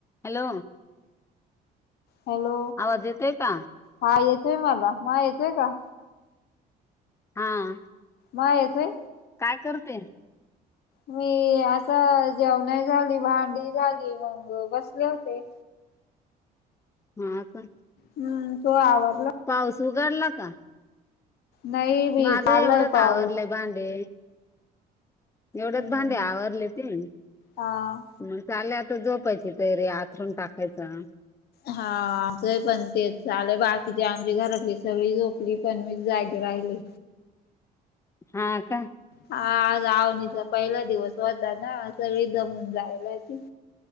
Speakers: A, on the left; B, on the left.
A: Hello!..
B: hello
A: आवाज येतय का?
B: हा येतोय मला, हा येतोय का?
A: हा..
B: हा येतोय?
A: काय करते?
B: मी.. आता जेवन झाली, भांडी झाली.. मग बसले होते.
A: हा.. का
B: हम्म.. तू आवरल?
A: पाऊस उघडला का?
B: नाही बी
A: माझं
B: चाललाय
A: एवढ्यात
B: पाऊस
A: आवरलेत. भांडे.. एवढ्यात
B: हम्म
A: भांडे आवरले ती
B: हा
A: मग चाले झोपायची तयारी आथरून टाकायचं.
B: हा.. आमच पण तेच झाले बाकीचे आमची घरातले सगळी झोपली पण मी जागी राहिले.
A: हा का
B: हा.. आज आवणीचा पहिला दिवस होता ना सगळी दमुन जायला ती